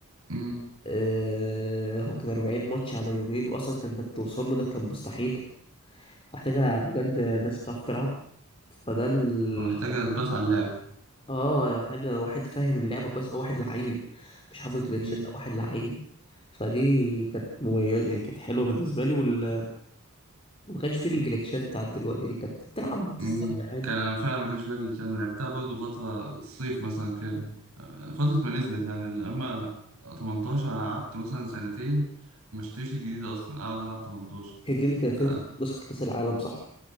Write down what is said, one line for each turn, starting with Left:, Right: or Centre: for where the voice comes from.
Right: أمم،
Left: آه هو كان 40 ماتش على يومين واصلا كان انك توصل له ده كان مستحيل محتاجة بجد ناس بتعرف تلعب فده ال...
Right: أنا محتاج أتبات على اللعب
Left: اه انا محتاجة واحد فاهم اللعبة كويس او واحد لعيب مش حافظ جلitches
Right: أمم،
Left: او واحد لعيب فدي كانت مميزة يعني كانت حلوة بالنسبة لي وال... وما كانش فيه الجلitchات بتاعت دلوقتي دي كانت بتلعب تستمتع
Right: أمم. كان أنا فعلا ما كانش فاكر الكلام لعبتها برضه فترة الصيف مثلا كامل آه، فترة ما نزلت يعني أما 18 أنا قعدت مثلا سنتين ما اشتريش الجديد أصلا أقعد ألعب 18
Left: هي دي اللي كان فيها
Right: اه
Left: نسخة نسخة كأس العالم صح